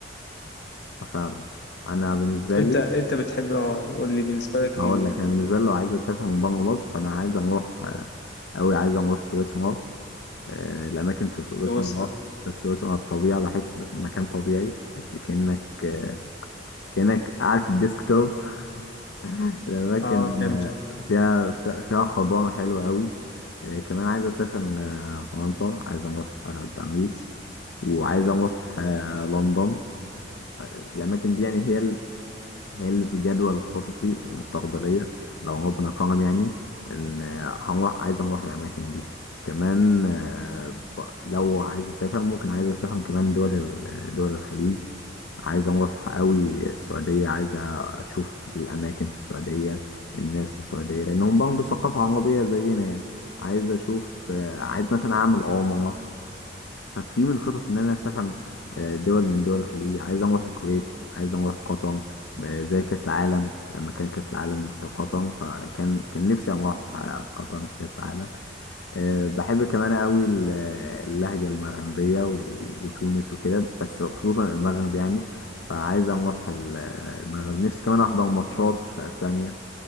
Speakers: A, on the left; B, on the left.
A: فعلا انا بالنسبه
B: أنت
A: لي
B: أنت بتحب آه، قول لي بالنسبة لك
A: هقول
B: ال-
A: لك انا بالنسبه لي لو عايز اسافر من بره مصر فانا عايز اروح قوي عايز اروح سويسرا آه، الاماكن في سويسرا
B: سويسرا
A: سويسرا الطبيعه بحس مكان طبيعي كانك آه، كانك قاعد في الديسكتوب <laughs> الاماكن
B: أه فهمت
A: آه، فيها فيها خضار حلو قوي آه، كمان عايز اسافر آه، فرنسا عايز اروح آه، باريس وعايز اروح آه، لندن الأماكن دي يعني هي ال... هي اللي في جدول خططي المستقبلية لو ربنا كرم يعني إن هنروح عايز أروح الأماكن دي كمان آه، ب- لو عايز أسافر ممكن عايز أسافر كمان دول ال- دول الخليج عايز أروح أوي السعودية عايز أشوف الأماكن في السعودية الناس في السعودية لأنهم برضه ثقافة عربية زينا يعني عايز أشوف آه، عايز مثلا أعمل عمرة ففي من خطط ان انا اسافر آه، دول من دول الخليج عايز اروح الكويت عايز اروح قطر آه، زي كاس العالم لما كان كاس العالم في قطر فكان كان نفسي اروح آه، قطر في كاس العالم آه، بحب كمان قوي ال- آه، اللهجه المغربيه وال- وتونس وكده بس خصوصا المغرب يعني فعايز اروح ال- آه، المغرب نفسي كمان احضر ماتشات في اسبانيا